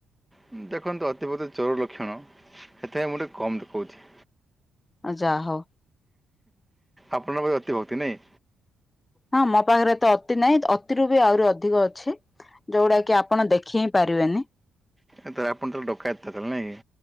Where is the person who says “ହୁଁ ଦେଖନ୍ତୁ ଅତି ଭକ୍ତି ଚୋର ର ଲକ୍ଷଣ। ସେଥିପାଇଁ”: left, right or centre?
Centre